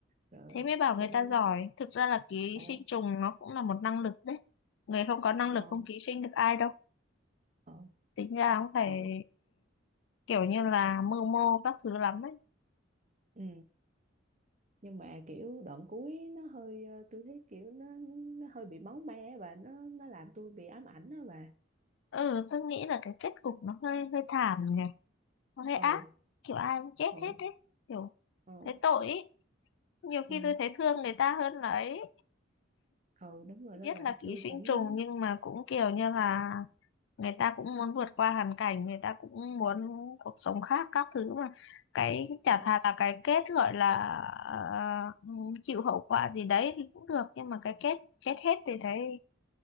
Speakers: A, on the right (about 35°); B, on the left (about 65°).
A: Rồi
B: Thế mới bảo người
A: cho nên
B: ta giỏi. Thực ra là ký
A: ồ
B: sinh trùng nó cũng là một năng lực đấy. Người không có năng lực
A: ồ
B: không ký sinh được ai đâu.
A: ồ
B: Tính ra cũng phải
A: ồ
B: kiểu như là mưu mô các thứ lắm ấy.
A: ừ nhưng mà kiểu đoạn cuối nó hơi ờ, tôi thấy kiểu nó nó hơi bị máu me á bà nó nó làm tôi bị ám ảnh đó bà.
B: Ừ, tôi nghĩ là cái kết cục nó hơi hơi thảm nhỉ. Nó hơi
A: Ừ
B: ác. Kiểu ai cũng chết
A: ừ
B: hết đấy. Kiểu
A: ừ
B: thấy tội ấy. Nhiều
A: ừ
B: khi tôi thấy thương người ta hơn là ấy.
A: ừ đúng rồi đó
B: Biết
A: bà
B: là ký
A: tôi
B: sinh
A: cũng
B: trùng nhưng mà cũng kiểu như là người ta cũng muốn vượt qua hoàn cảnh người ta cũng muốn cuộc sống khác các thứ mà cái chả
A: ừ
B: thà là cái kết gọi là ờ, chịu hậu quả gì đấy thì cũng được nhưng mà cái kết chết hết thì thấy